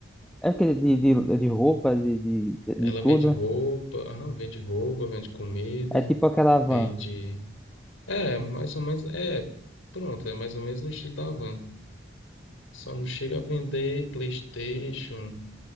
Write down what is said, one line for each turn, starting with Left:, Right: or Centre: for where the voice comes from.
Centre: É aquele de, de, de roupa, de, de, de
Left: Ela
Centre: tudo?
Left: vende roupa, aham, vende roupa, vende comida,
Centre: É tipo aquela van.
Left: vende. É, mais ou menos. É, pronto, é mais ou menos no estilo da Van. Só não chega a vender PlayStation,